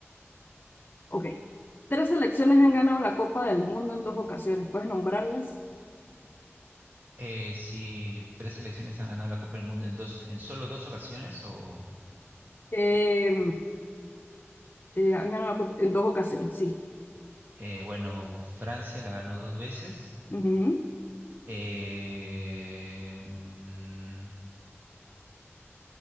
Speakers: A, on the left; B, on the right.
A: Ok. Tres selecciones han ganado la Copa del Mundo en dos ocasiones. ¿Puedes nombrarlas?
B: Eh, si tres selecciones han ganado la Copa del Mundo en dos, en solo dos ocasiones, o
A: Eh, eh, han ganado la Copa en dos ocasiones, sí.
B: eh, bueno, Francia la ganó dos veces.
A: Ujú.
B: Eh, mm,